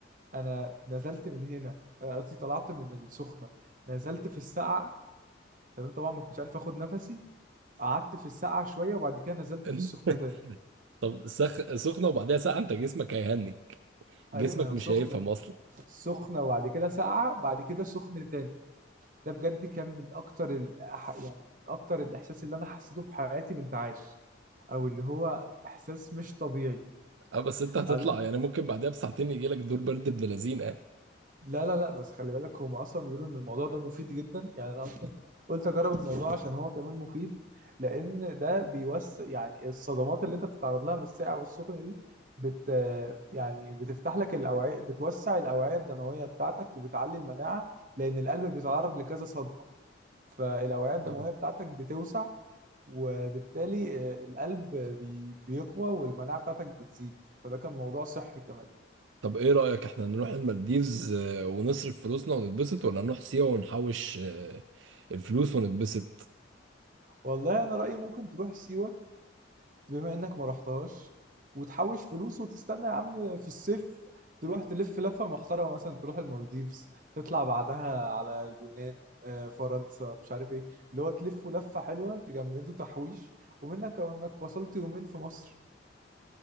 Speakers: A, on the right; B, on the right.
A: أنا نزلت من هنا آه، قصدي طلعت من السخنة نزلت في السقعة تمام طبعا ما كنتش عارف اخد نفسي قعدت في السقعة شوية وبعد كده نزلت
B: <laughs>
A: في السخنة تاني
B: طب سخ... سخنة وبعدها ساعة أنت جسمك هيهنج جسمك
A: ايوه ما هو
B: مش
A: سخنة
B: هيفهم أصلا
A: سخنة وبعد كده ساقعة بعد كده سخنة تاني ده بجد كان من اكتر ال... ح- يعني من اكتر الاحساس اللي انا حسيته في حياتي بانتعاش او اللي هو احساس مش طبيعي
B: أه بس أنت هتطلع
A: بعدين
B: يعني ممكن بعدها بساعتين يجيلك دور برد ابن لذينة
A: لا لا لا بس خلي بالك هم اصلا بيقولوا ان الموضوع ده مفيد جدا يعني انا اصلا قلت اجرب الموضوع عشان هو كمان مفيد لان ده بيوسع يعني الصدمات اللي انت بتتعرض لها من الساقع والسخن دي بت يعني بتفتح لك الاوعيه بتوسع الاوعيه الدمويه بتاعتك وبتعلي المناعه لان القلب بيتعرض لكذا صدمه فالاوعيه الدمويه
B: يعني
A: بتاعتك بتوسع وبالتالي آه، القلب بي- بيقوى والمناعة بتاعتك بتزيد فده كان موضوع صحي كمان
B: طب ايه رأيك احنا نروح المالديفز آه، ونصرف فلوسنا ونتبسط ولا نروح سيوة ونحوش آه، الفلوس ونتبسط
A: والله انا رأيي ممكن تروح سيوة بما انك ما رحتهاش وتحوش فلوس وتستنى يا عم في الصيف تروح تلف لفة محترمة مثلا تروح المالديفز تطلع بعدها على اليونان آه، فرنسا مش عارف ايه اللي هو تلفوا لفة حلوة تجملوا تحويش ومنك او انك فصلت يومين في مصر